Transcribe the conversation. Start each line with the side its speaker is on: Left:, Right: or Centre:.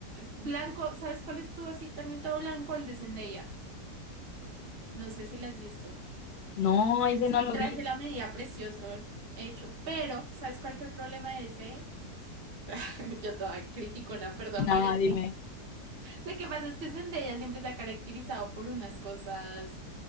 Right: Blanco, ¿sabes cuál estuvo así también todo blanco? El de Zendaya. No sé si la has visto.
Left: No, ese
Right: Es
Left: no
Right: un
Left: lo
Right: traje
Left: vi.
Right: a la medida precioso hecho, pero ¿sabes cuál fue el problema de ese? <laughs> Yo toda criticona, perdón,
Left: No,
Right: pero es
Left: dime.
Right: que lo que pasa es que Zendaya siempre se ha caracterizado por unas cosas